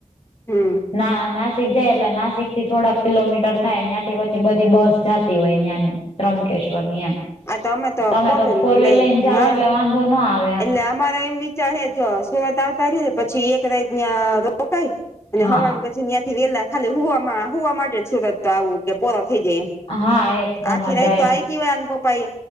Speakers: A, on the left; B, on the left.
A: હમ.
B: ના-નાસિક જાય એટલે નાસિકથી થોડાક કિલોમીટર થાય ન્યાથી પછી બધી બસ જાતી હોય ન્યાની. ત્રમકેશ્વરની એમ.
A: આ તો અમે
B: તમે તો
A: વ્હીલ
B: ફોર
A: નું
B: વ્હીલરને
A: લઈ
B: જાઓ
A: હા
B: એટલે વાંધો ન આવ
A: એટલે અમારા એમ વિચારે હે, જો સુરત આવતા રિયા પછી એક રાત નયાં રોકાય અને
B: હા
A: હવારમ પછી ન્યા થી વેલા ખાલી હુંવામાં હુંવા માટે જ સુરત તો આવું કે પોરો થઈ જઈએ.
B: હા એક તમાર
A: આખી
B: ડ્રાઈવ
A: રાઈ તો આયકી હોય આન પપ્પાએ,